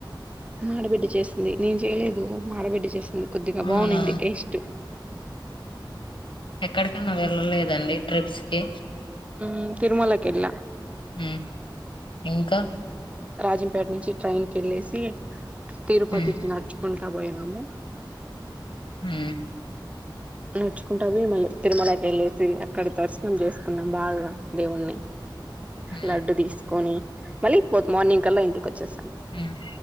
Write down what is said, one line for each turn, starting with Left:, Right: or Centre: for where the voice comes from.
Right: మా అడబిడ్డ చేస్ ంది నేన్ చేయ్లేదు మాడబిడ్డ చేసింది కొద్దిగా
Left: అవునా
Right: బాగునింది టెస్ట్
Left: ఎక్కడకన్నా వెళ్ళలేదా అండి ట్రిప్స్ కి
Right: ఉం తిరుమలకెళ్ళా
Left: హ్మ్ ఇంకా
Right: రాజంపేట్ నుంచి ట్రైన్ కి ఎళ్ళేసి తిరుపతికి
Left: ఉమ్
Right: నడుచుకుంటా బోయినాము
Left: ఉం
Right: నడుచుకుంట పోయే తిరుమలకి వెళ్ళేసి అక్కడ దర్శనం చేసుకున్నాం బాగా దేవున్నీ
Left: ఉమ్
Right: లడ్డు తీసుకొని మళ్ళీ పో మార్నింగ్ కల్ల ఇంటికోచ్చేస్తాం
Left: ఉమ్